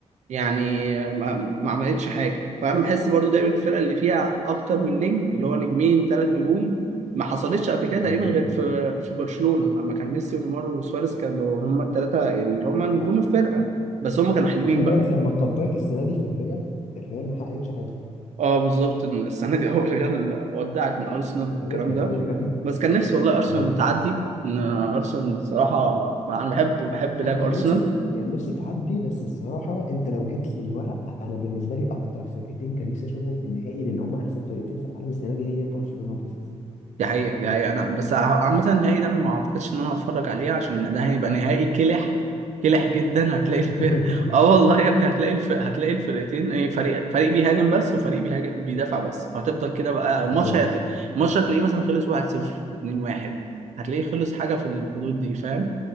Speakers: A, on the right (about 75°); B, on the left (about 85°).
A: يعني ما, ما عملتش حاجه فانا بحس برضو دايما الفرقه اللي فيها اكتر من نجم اللي هو نجمين ثلاث نجوم ما حصلتش قبل كده تقريبا
B: ما بتبقى
A: غير في في برشلونه لما كان ميسي ونيمار وسواريز كانوا هم الثلاثه يعني اللي هم نجوم
B: و-
A: الفرقه بس هم كانوا حلوين
B: وخلي
A: بقى
B: بالك لما اتطبقت السنه دي في الريال الريال ما حققتش حاجه
A: اه بالظبط إن السنه دي <laughs> اول ريال ودعت من ارسنال والكلام
B: وقعت
A: ده
B: قوي <laughs> اه
A: بس كان نفسي والله ارسنال
B: اه
A: تعدي ان ارسنال صراحه انا بحب بحب لعب
B: انا كان
A: ارسنال
B: نفسي كان نفسي تعدي بس الصراحه انت لو جيت للورق انا بالنسبه لي اكتر فرقتين كان نفسي اشوفهم في النهائي لان هم احسن فرقتين في العالم السنه دي هي برشلونه وباريس
A: دي حقيقة دي حقيقة أنا بس ع- عامة النهائي ده أنا ما أعتقدش إن أنا هتفرج عليه عشان ده هيبقى نهائي كلح كلح جدا هتلاقي
B: <laughs>
A: الفرق <laughs> آه والله يا ابني هتلاقي الفرق هتلاقي الفرقتين إيه فريق فريق بيهاجم بس وفريق بيهاجم بيدافع بس وهتفضل كده بقى
B: بالظبط
A: الماتش هتلاقي الماتش هتلاقيه مثلا خلص 1-0 2-1 هتلاقيه خلص حاجة في الحدود دي فاهم